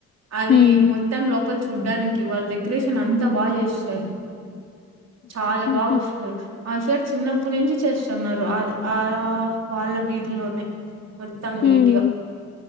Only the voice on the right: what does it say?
అది
మోత్ లోపల చూడ్డానికి వాళ్ళు డెకరేషన్ అంతా బాగా చేస్తారు చాలా
బాగా వస్తున్నారు ఆ సైడ్ చిన్నప్పుటి నుంచి చేస్ తున్నారు అది ఆడ వాళ్ళ వీధిలోనే మొత్తం
నీటిగా